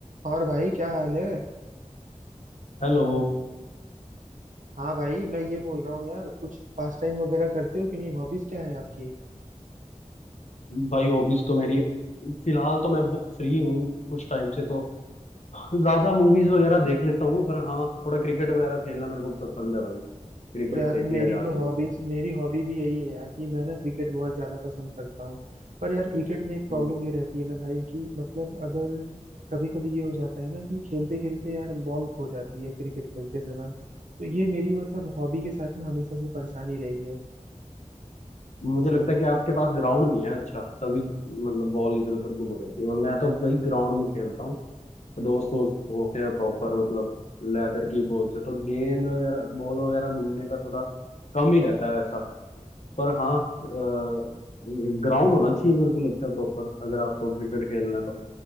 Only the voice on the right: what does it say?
और भाई क्या हाल है
हाँ भाई मैं ये बोल रहा हूँ यार कुछ पास टाइम वगैरह करते हो कि नहीं हॉबीज क्या है आपकी
तो यार
मेरी
तो हॉबीज मेरी हॉबी भी यही है यार कि मैं ना क्रिकेट बहुत ज्यादा पसंद करता हूँ पर यार क्रिकेट में एक प्रॉब्लम
ये रहती है ना भाई कि मतलब अगर कभी कभी ये हो जाता है ना कि खेलते खेलते यार बॉल खो जाती है क्रिकेट खेलते समय तो ये मेरी मतलब हॉबी के साथ ना हमेशा से परेशानी रही है